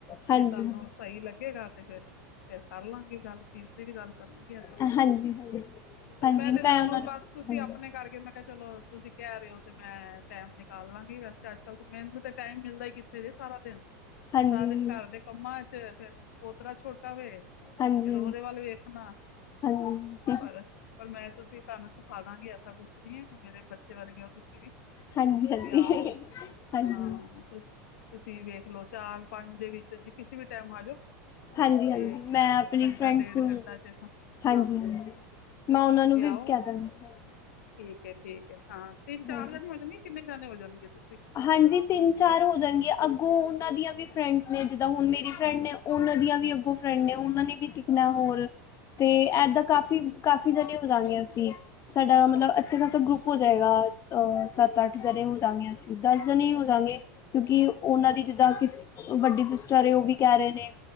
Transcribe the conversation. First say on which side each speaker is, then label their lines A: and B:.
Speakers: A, on the left; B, on the left.
A: ਹਾਂਜੀ,
B: ਜੇ ਤੁਹਾਨੂੰ
A: ਹਾਂਜੀ।
B: ਸਹੀ ਲੱਗੇਗਾ ਤੇ ਫਿਰ ਫਿਰ ਕਰ ਲਾਂਗੇ ਗੱਲ, ਫੀਸ ਦੀ ਵੀ ਗੱਲ। ਕਰਨੂੰ ਜੀ ਐਸਾ ਕੁਝ
A: ਹਾਂਜੀ
B: ਨੀ
A: ਹਾਂਜੀ ਹਾਂਜੀ
B: ਬਸ ਮੈਂ, ਤੇ ਤੁਹਾਨੂੰ
A: ਉਹਨਾਂ ਨੂੰ
B: ਬਸ ਤੁਸੀਂ
A: ਹਾਂਜੀ,
B: ਆਪਣੇ ਕਰਕੇ ਮੈਂ। ਚਲੋ, ਤੁਸੀਂ ਕਹਿ ਰਹੇ ਹੋ ਤੇ ਮੈਂ, ਟੈਮ ਨਿਕਾਲ ਲਾਂਗੀ ਵੈਸੇ ਤਾ ਅੱਜ ਕੱਲ ਮੈਨੂੰ ਤੇ ਟੈਮ ਮਿਲਦਾ ਹੀ ਉਥੇ ਜੇ ਸਾਰਾ ਦਿਨ, ਸਾਰਾ
A: ਹਾਂਜੀ।
B: ਦਿਨ ਘਰ ਦੇ ਕੰਮਾਂ ਚ, ਫਿਰ ਪੋਤਰਾ ਛੋਟਾ ਵੇ। ਫਿਰ
A: ਹਾਂਜੀ
B: ਉਹਦੇ ਵੱਲ ਵੇਖਨਾ,
A: ਹਾਂਜੀ
B: ਪਰ-ਪਰ ਮੈਂ ਤੁਸੀਂ ਤੁਹਾਨੂੰ ਸਿਖਾ ਦਾਂਗੀ ਕੁਛ ਨੀ ਏ, ਮੇਰੇ ਬੱਚੇ ਵਾਰੇਗੇ ਹੋ, ਤੁਸੀਂ ਵੀ। ਤੁਸੀਂ
A: ਹਾਂਜੀ ਹਾਂਜੀ ਹਾਂਜੀ
B: ਆਓ,
A: ਹਾਂਜੀ
B: ਹਾਂ ਤੁਸੀਂ ਵੇਖ ਲੋ ਚਾਰ-ਪੰਜ ਦੇ ਵਿੱਚ ਜੀ ਕਿਸੇ ਵੀ ਟੈਮ ਆ ਜਾਓ,
A: ਹਾਂਜੀ
B: ਤੇ
A: ਹਾਂਜੀ ਮੈਂ ਆਪਣੀ
B: ਘੰਟਾ
A: ਫਰੈਂਡਸ
B: ਡੇਢ
A: ਨੂੰ
B: ਘੰਟਾ ਚ ਹ,
A: ਹਾਂਜੀ
B: ਹਾਂ-ਹਾਂ
A: ਹਾਂਜੀ
B: ਤੁਸੀਂ
A: ਮੈਂ ਉਹਨਾਂ ਨੂੰ ਵੀ
B: ਆਓ।
A: ਕਹਿ ਦਾਂਗੀ ਹਾਂਜੀ
B: ਠੀਕ ਹੈ, ਠੀਕ ਹੈ ਹਾਂ ਤਿੰਨ-ਚਾਰ
A: ਹਾਂਜੀ
B: ਜਣੇ ਹੋ ਜੋਗੇ ਕਿੰਨੇ ਜਾਣੇ ਹੋ, ਜਾਣਗੇ ਤੁਸੀਂ?
A: ਹਾਂਜੀ, ਤਿੰਨ- ਚਾਰ ਹੋ ਜਾਣਗੇ। ਅੱਗੋਂ ਉਹਨਾਂ, ਦੀਆਂ ਵੀ ਫਰੈਂਡਸ ਨੇ, ਜਿੱਦਾਂ ਹੁਣ ਮੇਰੀ ਫਰੈਂਡ ਨੇ, ਉਹਨਾਂ, ਦੀਆਂ ਵੀ ਅੱਗੋਂ ਫਰੈਂਡ ਨੇ, ਉਹਨਾਂ ਨੇ ਵੀ, ਸਿੱਖਣਾ ਹੋਰ, ਤੇ ਏਦਾਂ,
B: ਅੱਛਾ
A: ਕਾਫੀ-ਕਾਫੀ ਜਣੇ ਹੋ ਜਾਂਗੇ ਅਸੀਂ। ਸਾਡਾ ਮਤਲਬ, ਅੱਛਾ
B: ਚਲੋ
A: ਖਾਸਾ ਗਰੁੱਪ। ਹੋ ਜਾਏਗਾ। ਅ ਸੱਤ- ਅੱਠ ਜਣੇ ਹੋ ਜਾਂਗੇ, ਅਸੀਂ ਦਸ ਜਣੇ ਹੀ ਜਾਂਗੇ। ਕਿਉਂਕਿ ਉਹਨਾਂ ਦੀ
B: ਅੱਛਾ
A: ਜਿੱਦਾਂ, ਕਿ, ਵੱਡੀ ਸਿਸਟਰ ਏ ਉਹ ਵੀ ਕਹਿ ਰਹੇ ਨੇ